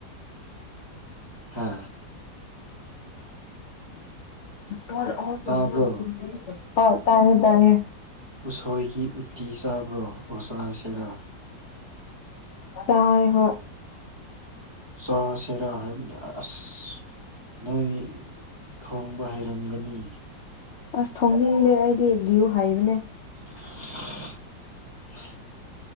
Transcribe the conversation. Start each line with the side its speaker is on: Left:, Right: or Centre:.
Right: ꯍꯥ
Left: ꯑꯋꯥ <inaudible>
Right: ꯇꯥꯕ꯭ꯔꯣ
Left: ꯍꯣꯏ ꯇꯥꯏꯌꯦ ꯇꯥꯏꯌꯦ
Right: ꯎꯁꯣꯏꯒꯤ ꯎꯠꯇꯤ ꯆꯥꯕ꯭ꯔꯣ ꯎꯁꯣꯢ ꯆꯥꯁꯤꯔ
Left: ꯇꯥꯢ ꯍꯣꯏ
Right: ꯆꯥ ꯁꯦꯔꯥ ꯍꯥꯏꯕꯅꯤ ꯑꯁ ꯅꯣꯏ ꯊꯣꯡꯕ ꯍꯩꯔꯝꯒꯅꯤ
Left: ꯑꯁ ꯊꯣꯡꯅꯤꯡꯗꯦ ꯑꯩꯗꯤ ꯌꯨ ꯍꯩꯕꯅꯦ
Right: <inaudible>